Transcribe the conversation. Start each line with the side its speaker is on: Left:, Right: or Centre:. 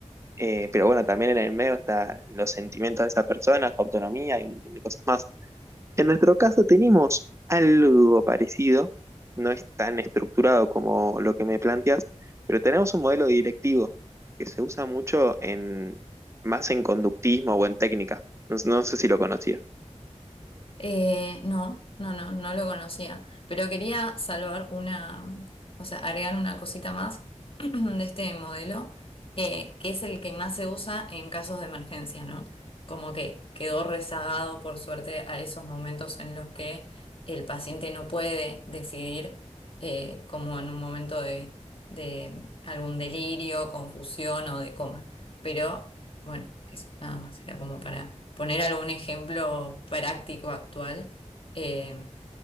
Right: Eh, pero bueno, también en el medio está los sentimientos de esa persona, su autonomía y un montón de cosas más. En nuestro caso tenemos algo parecido, no es tan estructurado como lo que me planteas, pero tenemos un modelo directivo que se usa mucho en, más en conductismo o en técnica. No, no sé si lo conocías.
Left: Eh, no, no, no, no lo conocía, pero quería salvar una, o sea, agregar una cosita más <clears throat> de este modelo, eh, que es el que más se usa en casos de emergencia, ¿no? Como que quedó rezagado, por suerte, a esos momentos en los que el paciente no puede decidir, eh, como en un momento de, de algún delirio, confusión o de coma. Pero bueno, eso, nada más. Era como para poner algún ejemplo práctico actual, eh,